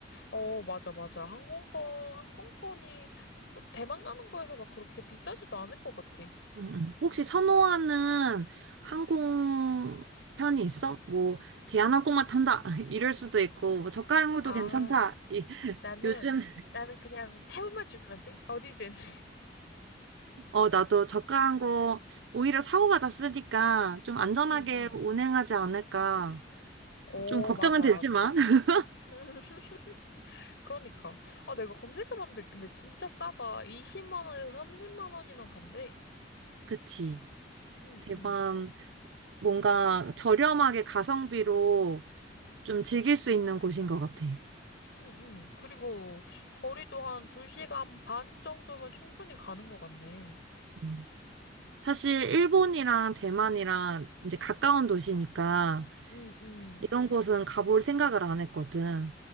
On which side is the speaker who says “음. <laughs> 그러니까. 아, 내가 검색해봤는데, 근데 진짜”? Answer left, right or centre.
Left